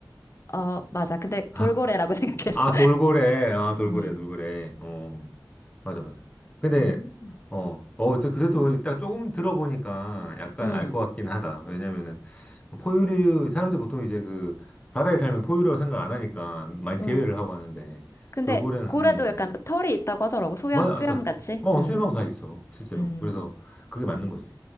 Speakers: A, on the left; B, on the left.
A: 어, 맞아. 근데
B: <laughs>
A: 돌고래라고 <laughs> 생각했어.
B: 아, 돌고래. 아, 돌고래,
A: 음,
B: 돌고래. 어, 맞아, 맞아. 근데,
A: 음,
B: 어, 어, 또 그래도 딱 조금 들어보니까 약간
A: 음.
B: 알 것 같긴 하다. 왜냐면은, 포유류, 사람들 보통 이제 그, 바다에 살면 포유류라고 생각 안 하니까 많이
A: 음.
B: 제외를 하고 하는데,
A: 근데
B: 돌고래는,
A: 고래도
B: 음, 음.
A: 약간 털이 있다고 하더라고. 수염,
B: 맞아,
A: 수염
B: 맞아.
A: 같이.
B: 어,
A: 음,
B: 수염하고 다 있어, 실제로.
A: 음.
B: 그래서 그게 맞는 거지.